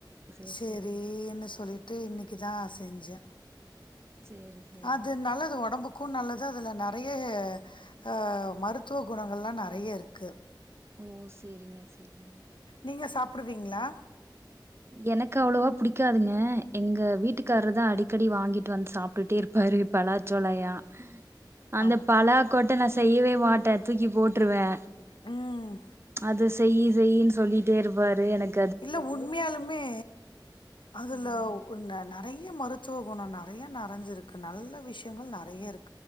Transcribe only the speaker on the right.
சேரி
சேரிங்க
சேரி சேரிங்க
ஓ சேரிங்க சேரிங்க
எனக்கு அவ்ளோவா பிடிக்காதுங்க எங்க வீட்டுக்காருதா அடிக்கடி வாங்கிட்டு வந்து சாப் டுட்டே இருப்பாரு பலாச்சோளையா அந்த
பலா கொட்ட நா செய்யவே மாட்டே தூக்கி போட்ருவே
அது செய் செய்ன்னு சொல்லிட்டே இருப்பாரு எனக்
ம்.